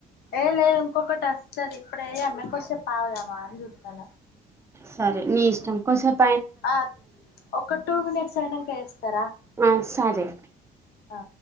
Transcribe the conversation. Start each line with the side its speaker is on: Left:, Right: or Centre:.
Left: ఏే లేదు ఇంకొకటస్ స్తది ఇప్పుడే చేయాల్నా కొదిసేపు ఆగుదామా అని చుతన
Right: సరే నీ ఇష్టంకోసెప్
Left: ఆ ఒక టూ మినిట్స్ అయినాక చేస్తారా
Right: ఆ సరే
Left: ఆ